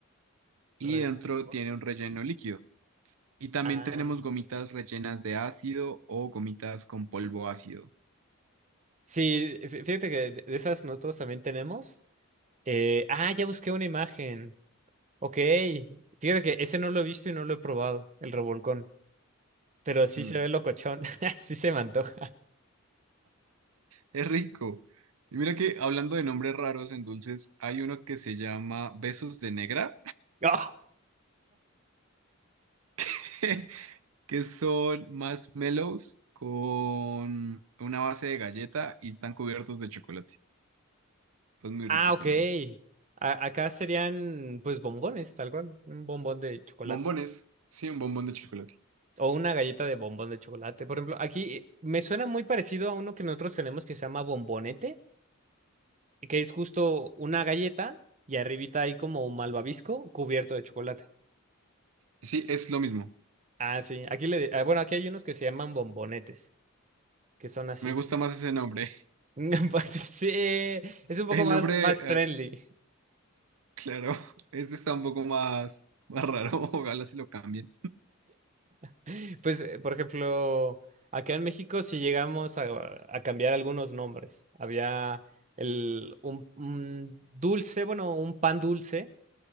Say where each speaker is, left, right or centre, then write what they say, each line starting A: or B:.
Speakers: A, on the right (about 80°); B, on the right (about 35°).
A: Y
B: revolcón.
A: dentro tiene un relleno líquido. Y también
B: Ah,
A: tenemos gomitas rellenas de ácido o gomitas con polvo ácido.
B: sí, fí- fíjate que de de esas nosotros también tenemos. Eh, ah, ya busqué una imagen. Ok. Fíjate que ese no lo he visto y no lo he probado, el revolcón. Pero sí
A: Mm,
B: se ve locochón. <laughs> Sí se me antoja.
A: Es rico. Y mira que hablando de nombres raros en dulces, hay uno que se llama Besos de Negra,
B: ¡Ah!
A: <laughs> que son marshmallows con una base de galleta y están cubiertos de chocolate. Son muy
B: Ah,
A: ricos
B: ok.
A: también.
B: A- acá serían, pues, bombones, tal cual. Un bombón de chocolate.
A: Bombones. Sí, un bombón de chocolate.
B: O una galleta de bombón de chocolate. Por ejemplo, aquí eh, me suena muy parecido a uno que nosotros tenemos que se llama bombonete, que es justo una galleta y arribita hay como un malvavisco cubierto de chocolate.
A: Sí, es lo mismo.
B: Ah, sí. Aquí le, ah, bueno, aquí hay unos que se llaman bombonetes, que son así.
A: Me gusta más ese nombre.
B: <laughs> Pues sí, es un poco
A: El
B: más,
A: nombre,
B: más friendly.
A: eh, claro, <laughs> este está un poco más, más raro, <laughs> ojalá se lo cambien.
B: <laughs> Pues, eh, por ejemplo, acá en México sí llegamos a, a cambiar algunos nombres. Había el, un, un dulce, bueno, un pan dulce